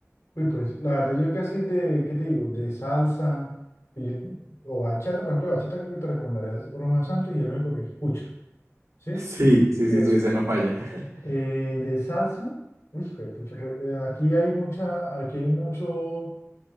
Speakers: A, on the left; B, on the right.
A: Uy, pues, la verdad, yo casi de, ¿qué te digo? De salsa, pues yo- o bachata, por ejemplo, bachata creo que te recomendaría es Romeo Santos y el único que escucho, ¿sí?
B: Sí, sí, sí,
A: Y eso.
B: sí, ese no falla. <laughs>
A: Eh, de salsa, uy, hijo de pucha, pues, eh, aquí hay mucha, aquí hay mucho,